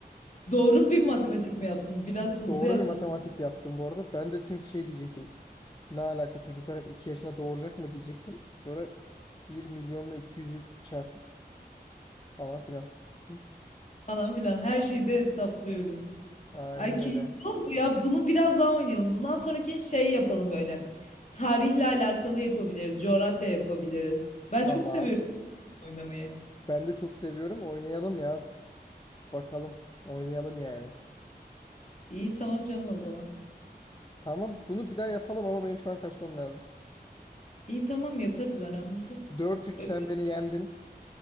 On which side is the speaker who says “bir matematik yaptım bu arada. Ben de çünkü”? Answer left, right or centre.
Left